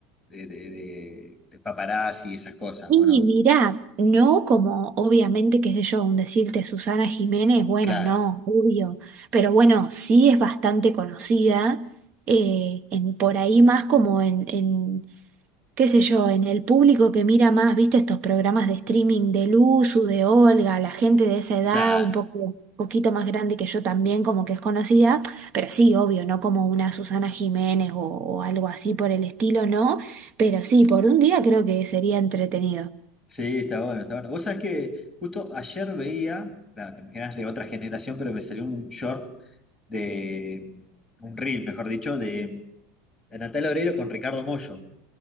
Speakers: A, in the centre; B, on the right.
A: de, de, de- de paparazzi y esas cosas,
B: Y
A: ¿o no?
B: mirá, no como obviamente, qué sé yo, un decirte Susana Jiménez, bueno,
A: Claro,
B: no, obvio, pero bueno, sí es bastante conocida, eh, en, por ahí más como en, en, qué sé yo, en el público que mira más, viste, estos programas de streaming de Luzu, de Olga, la gente de esa edad,
A: claro.
B: un poco, poquito más grande que yo también, como que es conocida, pero sí, obvio, no como una Susana Jiménez o o algo así por el estilo, no, pero sí, por un día creo que sería entretenido.
A: Sí, está bueno, está bueno. Vos sabés que justo ayer veía, claro, te imaginas de otra generación, pero me salió un short de, un reel, mejor dicho, de, de Natalia Oreiro con Ricardo Mollo.